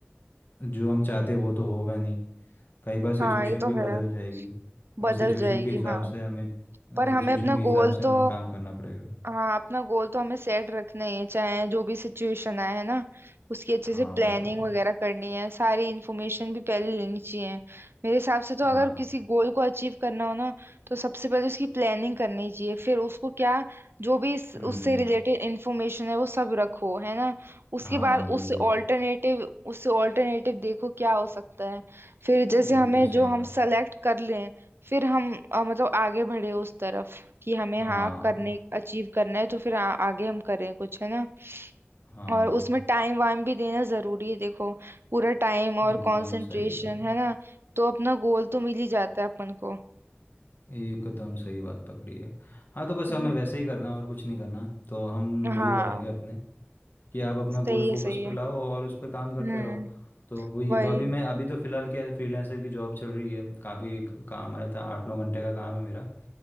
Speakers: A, on the left; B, on the right.
A: जो हम चाहते हैं वो तो होगा नहीं कई बार सिचुएशन
B: हाँ ये तो
A: भी
B: है
A: बदल जाएगी
B: बदल
A: हमें सिचुएशन
B: जाएगी
A: के हिसाब
B: हाँ
A: से हमें
B: पर
A: सिचुएशन
B: हमें अपना
A: के हिसाब
B: गोल
A: से
B: तो
A: हमें काम करना पड़ेगा
B: हाँ अपना गोल तो हमें सेट रखना ही है चाहे जो भी सिचुएशन आए है ना उसकी अच्छे
A: हाँ
B: से प्लानिंग
A: वो तो है
B: वगैरह करनी है सारी इन्फॉर्मेशन भी पहले लेनी चाहिए मेरे हिसाब से तो
A: हाँ
B: अगर किसी गोल को अचीव करना हो ना तो सबसे पहले उसकी प्लानिंग करनी चाहिए फिर उसको क्या जो भी इस, उससे
A: हम्म
B: रिलेटेड इन्फॉर्मेशन है वो सब रखो है ना उसके
A: हाँ
B: बाद
A: बिल्कुल
B: उससे ऑल्टरनेटिव उससे ऑल्टरनेटिव देखो क्या हो सकता है फिर जैसे
A: बिल्कुल
B: हमें जो
A: सही
B: हम
A: कहा
B: सेलेक्ट कर लें फिर हम अ, मतलब आगे बढ़े उस तरफ कि हमें
A: हाँ
B: हाँ करने अचीव करना है तो फिर आ, आगे हम करें कुछ है ना
A: हाँ
B: और उसमें टाइम वाइम भी देना जरूरी है देखो पूरा टाइम और
A: एकदम
B: कंसंट्रेशन
A: सही कहा
B: है ना तो अपना गोल तो मिल ही जाता है अपन को
A: एकदम सही बात पकड़ी है हाँ तो बस
B: है
A: हमें
B: ना
A: वैसे ही करना है और कुछ नहीं करना तो हम वही
B: हाँ
A: करेंगे अपने कि आप अपना
B: सही
A: गोल
B: है
A: फोकस
B: सही है
A: पे लाओ और उस पे
B: हम्म
A: काम करते रहो तो वही
B: वही
A: है तो अभी मैं अभी तो फ़िलहाल क्या फ्रीलांसर की जॉब चल रही है काफ़ी काम रहता है आठ नौ घंटे का काम है मेरा